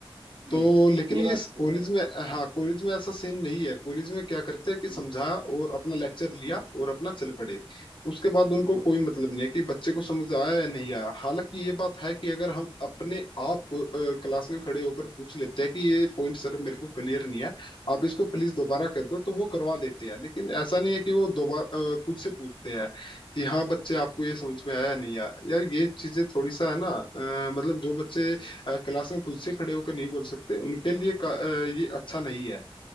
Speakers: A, on the left; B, on the right.
A: तो
B: बिल्कुल
A: लेकिन
B: ये
A: ये
B: बात तो
A: कॉलेज
B: है
A: में हाँ कॉलेज में ऐसा सीन नहीं है कॉलेज में क्या करते हैं कि समझा
B: बिल-
A: और अपना लेक्चर लिया और अपना चल पड़े उसके बाद उनको
B: बिल्कुल
A: कोई मतलब नहीं है कि बच्चे को समझ आया या नहीं आया हालांकि ये बात है कि अगर हम अपने आप को अ, क्लास में खड़े होकर पूछ लेते हैं कि ये पॉइंट सर मेरे को क्लियर नहीं है आप इसको प्लीज दोबारा कर दो तो वो करवा देते हैं लेकिन ऐसा नहीं है कि वो दोबारा खुद से पूछते हैं कि हाँ बच्चे आपको ये समझ में आया या नहीं आया यार ये चीजें थोड़ी सा है ना अ, मतलब जो बच्चे अ, क्लास में खुद से खड़े होकर नहीं बोल सकते उनके लिए का, अ, ये अच्छा नहीं है